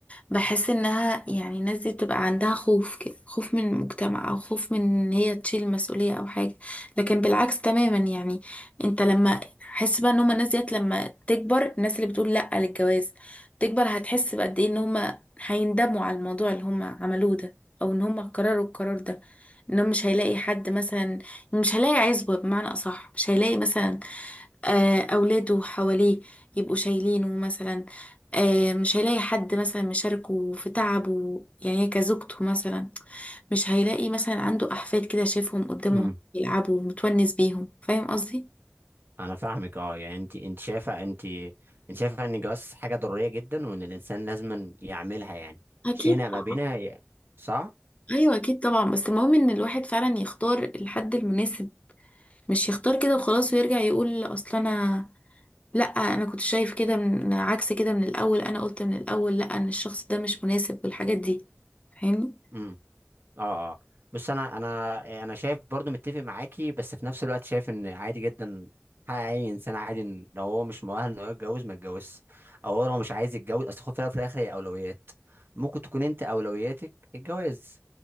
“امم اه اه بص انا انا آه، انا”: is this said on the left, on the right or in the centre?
Right